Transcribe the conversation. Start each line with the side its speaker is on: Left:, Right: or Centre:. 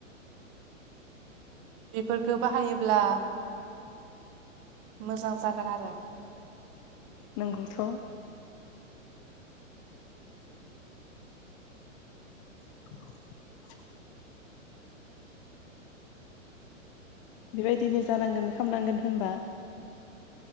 Right: बेफोरफोरखौो बाहायोब्ला मोजां जागोन आरो।
Left: नंगौथ' <inaudible> बेबायदिनो जानांगोन खालामनांगोन होनबा